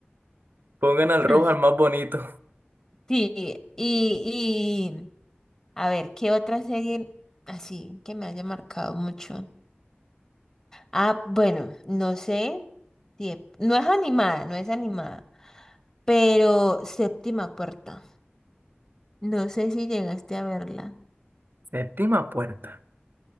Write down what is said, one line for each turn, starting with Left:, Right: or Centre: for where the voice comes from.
Right: Pongan al
Left: <clears throat>
Right: rojo al más bonito.
Left: Sí, y, y a ver, ¿qué otra serie así que me haya marcado mucho? Ah, bueno, no sé. si es- No es animada, no es animada. Pero Séptima Puerta. No sé si llegaste a verla.
Right: Séptima puerta.